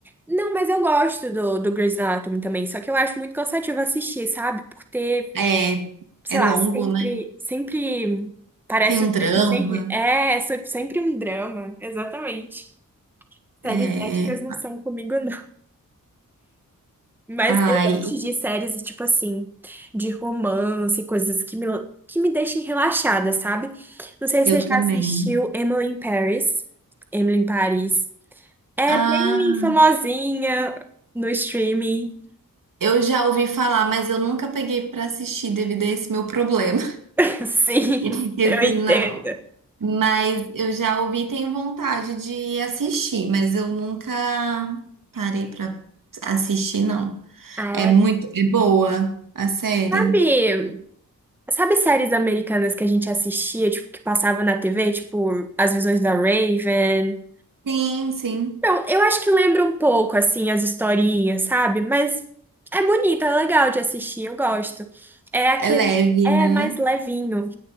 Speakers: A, in the centre; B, on the right.
A: não, mas eu gosto do, do Grey's Anatomy também. Só que eu acho muito cansativo assistir, sabe? Por ter,
B: é,
A: sei
B: é longo,
A: lá, sempre,
B: né?
A: sempre parece
B: Tem um
A: os
B: drama.
A: mesmos enredos. É, se- sempre um drama, exatamente.
B: É...
A: Séries médicas não são comigo, não. Mas
B: Ai,
A: eu gosto de séries, tipo assim, de romance, coisas que me, que me deixem relaxada, sabe? Não sei
B: eu
A: se você já
B: também.
A: assistiu Emily in Paris. Emily em Paris. É
B: Ah,
A: bem famosinha no streaming.
B: eu já ouvi falar, mas eu nunca peguei pra assistir devido a esse meu problema.
A: <laughs> Sim,
B: <laughs> Esse
A: eu entendo.
B: não. Mas eu já ouvi e tenho vontade de assistir, mas eu nunca parei pra assistir, não.
A: Ah,
B: É
A: ela.
B: muito, é boa a série.
A: Sabe, sabe séries americanas que a gente assistia, tipo, que passava na TV, tipo, As Visões da Raven?
B: Sim, sim.
A: Não, eu acho que lembra um pouco, assim, as historinhas, sabe? Mas é bonita, é legal de assistir, eu gosto. É aquele.
B: É leve,
A: É
B: né?
A: mais levinho.